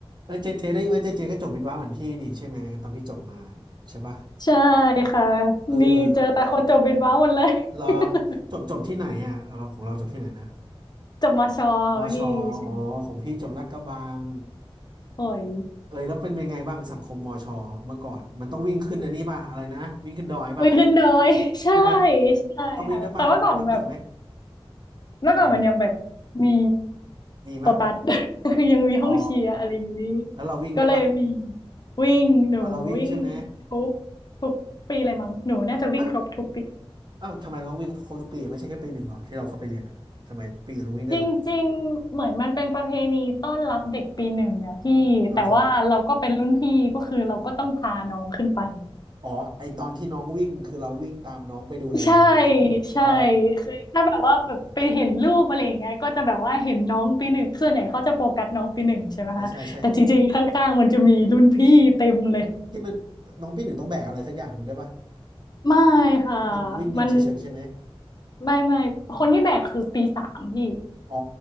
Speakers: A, on the right (about 50°); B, on the left (about 45°).
A: เออเจเจได้ยินไหมเจเจก็จบวิศวะเหมือนพี่นี่ใช่ไหมตอนที่จบมาใช่ปะ
B: ใช่ค่ะ
A: เออเออ
B: นี่เจอแต่คนจบบิดว้าหมดเลย
A: รอ
B: <laughs>
A: จบจบที่ไหนอ่ะเราของเราจบที่ไหนนะ
B: จบมช
A: มอชออ๋อของพี่จบลาดกระบัง
B: พี่เชียโอ้ย
A: เออแล้วเป็นเป็นไงบ้างสังคมมอชอเมื่อก่อนมันต้องวิ่งขึ้นอันนี้ป่ะอะไรนะวิ่งขึ้นดอยป่ะ
B: อุ้ยขึ้นดอยใช่
A: ใช่ไหม
B: ใช่ค่ะแต่ว่าก่อนแบบ
A: ต้องวิ่งด้วยป่ะแล้วเราเกี่ยวไหม
B: เมื่อก่อนมันยังแบบ
A: เกี่ยวไหม
B: มี
A: มีป่ะ
B: โตตัด <laughs> ยังมีห้องเชียร์อะไรอย่างนี้
A: อ๋อแล้วเราวิ่งด้วยป่ะ
B: ก็เลยมีวิ่งหนูวิ่ง
A: อ่ะเราวิ่งใช่ไหม
B: ทุกทุกปีเลยมั้งหนูน่าจะวิ่งครบทุกปี
A: อ่ะอ้าวทำไมเราต้องวิ่งครบทุกปีอะไม่ใช่แค่ปีหนึ่งเหรอที่เราเข้าไปเรียนอ่ะทำไมปีอื่นต้องวิ่งด้วยเหรอ
B: จริงๆเหมือนมันเป็นประเพณีต้อนรับเด็กปีหนึ่งนะพี่แต่ว่าเราก็เป็นรุ่นพี่ก็คือเราก็ต้องพาน้องขึ้นไป
A: อือฮะ อ๋อไอตอนที่น้องวิ่งคือเราวิ่งตามน้องไปดูแลใช่ไหมอ๋อ
B: ใช่ใช่คือถ้าแบบว่าแบบไปเห็นรูปอะไรอย่างเงี้ยก็จะแบบว่าเห็นน้องปีหนึ่งส่วนใหญ่เขาจะโฟกัสน้องปีหนึ่งใช่ไหมคะแต่จริงๆข้างๆมันจะมีรุ่นพี่เต็มเลย
A: ใช่ใช่ใช่ที่มันน้องปีหนึ่งต้องแบกอะไรสักอย่างหนึ่งด้วยป่ะ
B: ไม่ค่ะ
A: มันวิ่งยิงเฉยๆใช่ไหม
B: มันไม่ไม่คนที่แบกคือปีสามพี่
A: อ๋อ